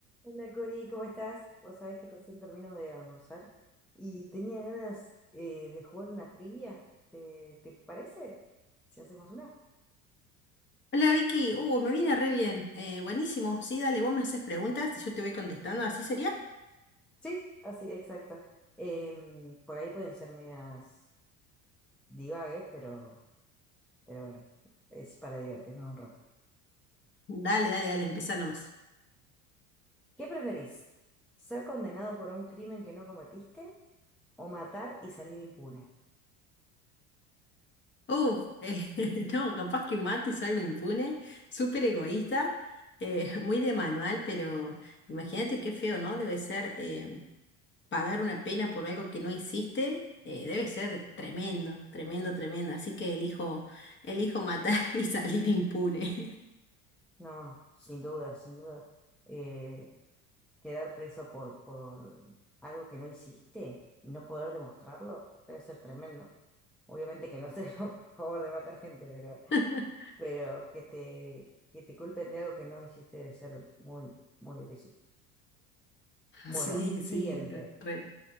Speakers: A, in the centre; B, on the left.
A: Hola Cori, ¿cómo estás? Vos sabés que recién termino de almorzar y tenía ganas eh, de jugar una trivia. ¿Te, te parece? Si hacemos una.
B: Hola Vicky, uh, me viene re bien. Eh, buenísimo, sí, dale, vos me haces preguntas y yo te voy contestando, ¿así sería?
A: Sí, así, exacto. Em, por ahí pueden ser medias divagues, pero, pero bueno, es para divertirnos un rato.
B: Dale, dale, dale, empezá nomás.
A: ¿Qué preferís? ¿Ser condenado por un crimen que no cometiste o matar y salir impune?
B: Uf, eh, <laughs> no, capaz que mato y salgo impune, súper egoísta, eh, <laughs> muy de manual, pero imagínate qué feo, ¿no? Debe ser eh, pagar una pena por algo que no hiciste, eh, debe ser tremendo, tremendo, tremendo. Así que elijo, elijo matar <laughs> y salir impune.
A: No, sin duda, sin duda. Eh, quedar preso por, por algo que no hiciste y no poder demostrarlo debe ser tremendo. Obviamente que no estoy <laughs> a favor de matar gente, pero,
B: <laughs>
A: pero que te, que te culpen de algo que no hiciste debe ser muy, muy difícil. Bueno,
B: Sí,
A: siguiente.
B: sí, eh, re.